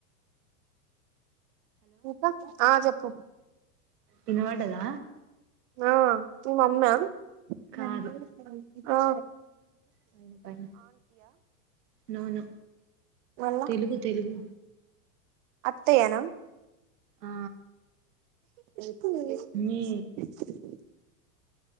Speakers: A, on the right; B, on the right.
A: ఇంక ఆ చెప్పు
B: వినబడదా
A: ఆ తూ మమ్మీ
B: కాదు
A: ఎంతో స్థిరంగా ఆ
B: పైన పైన నో నో
A: మళ్ళ
B: తెలుగు తెలుగు
A: అత్తయ్యనా
B: ఆ
A: <inaudible>
B: మీ